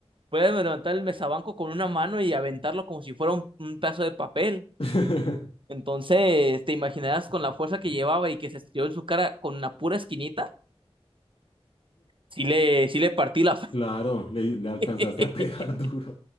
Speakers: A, on the right (about 55°); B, on the left (about 60°).
A: podía levantar el mesabanco con una mano y aventarlo como si fuera un, un pedazo de papel.
B: <laughs>
A: Entonces, te imaginarás con la fuerza que llevaba y que se estiró en su cara con una pura esquinita. Sí le, sí le partí la
B: Claro, le, le alcanzaste
A: <laughs>
B: a pegar <laughs> duro.